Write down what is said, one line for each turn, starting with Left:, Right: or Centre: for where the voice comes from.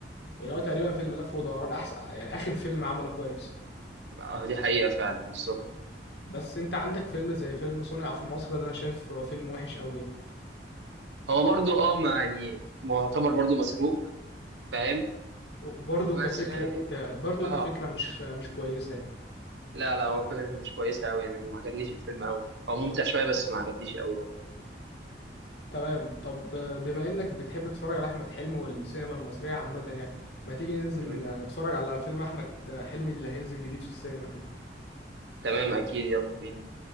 Left: يعني هو تقريبا فيلم لف ودوران أحسن يعني آخر فيلم عمله كويس
Right: آه دي حقيقه فعلا بالظبط
Left: بس انت عندك فيلم زي فيلم صنع في مصر ده انا شايف هو فيلم وحش قوي
Right: هو برضو اه ما يعني معتبر برضو مسروق فاهم
Left: برضه
Right: بس
Left: كفكرة
Right: يعني
Left: برضه
Right: اه
Left: كفكرة مش مش كويسة يعني
Right: لا لا هو فكرته مش كويسه قوي يعني ما عجبنيش الفيلم قوي هو ممتع شويه بس ما عجبنيش قوي
Left: تمام طب بما إنك بتحب تتفرج على أحمد حلمي والسينما المصرية عامة يعني ما تيجي ننزل
Right: تمام
Left: نتفرج على فيلم أحمد حلمي اللي هينزل جديد في السينما كده
Right: تمام اكيد يلا بينا